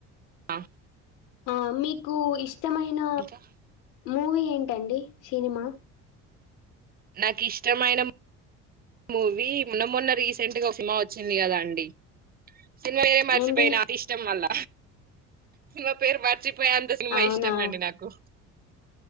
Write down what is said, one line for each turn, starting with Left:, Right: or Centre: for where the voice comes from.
Right: అ
Left: ఆ మీకు ఇష్టమైన
Right: ఇంకా
Left: మూవీ ఏంటండి సినిమా
Right: నాకు ఇష్టమైన మూవీ మొన్న మొన్న రీసెంట్గా ఒక సినిమా వచ్చింది కదా అండి సినిమాయే మర్చిపోయినా
Left: ఏంటి
Right: అది ఇష్టం వల్ల సినిమా పేరు మార్చిపోయంత సినిమా
Left: అవునా
Right: ఇష్టమండి నాకు